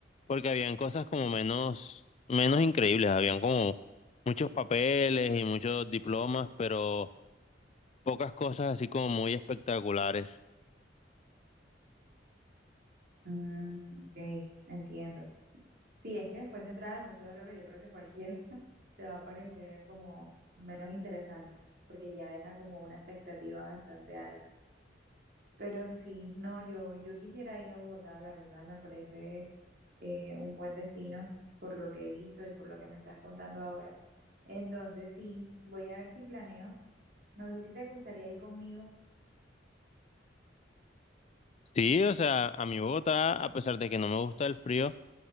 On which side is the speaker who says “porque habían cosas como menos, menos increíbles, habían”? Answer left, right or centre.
Left